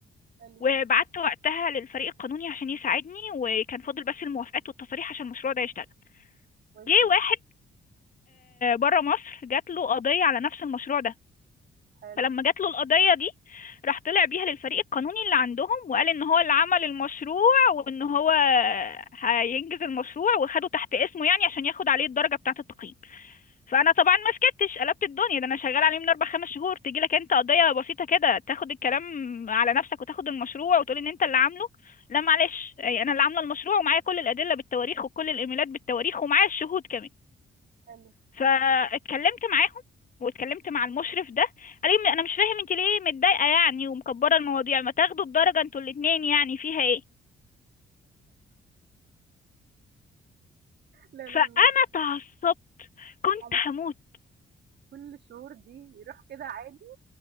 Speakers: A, on the right; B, on the left.
A: حلو،
B: وبعت وقتها للفريق القانوني عشان يساعدني وكان فاضل بس الموافقات والتصاريح عشان المشروع ده يشتغل
A: كويس
B: جه
A: جدًا،
B: واحد بره مصر جات له قضية على نفس المشروع ده
A: حلو،
B: فلما جات له القضية دي راح طلع بيها للفريق القانوني اللي عندهم وقال ان هو اللي عمل المشروع وان هو هينجز المشروع وخده تحت اسمه يعني عشان ياخد عليه الدرجة بتاعة التقييم
A: إمم،
B: فانا طبعا ما سكتش قلبت الدنيا ده انا شغال عليه من اربع خمس شهور تيجي لك انت قضية بسيطة كده تاخد الكلام على نفسك وتاخد المشروع وتقول ان انت اللي عامله لا معلش يعني انا اللي عاملة المشروع ومعايا كل الادلة بالتواريخ وكل الايميلات بالتواريخ ومعايا الشهود كمان
A: حلو،
B: فاتكلمت معاهم واتكلمت مع المشرف ده قال لي انا مش فاهم انت ليه متضايقه يعني ومكبره المواضيع ما تاخدوا الدرجه انتوا الاتنين يعني فيها ايه
A: لا إله
B: فانا
A: إلا الله،
B: تعصبت كنت
A: يعني
B: هموت
A: كل الشهور دي يروح كده عادي،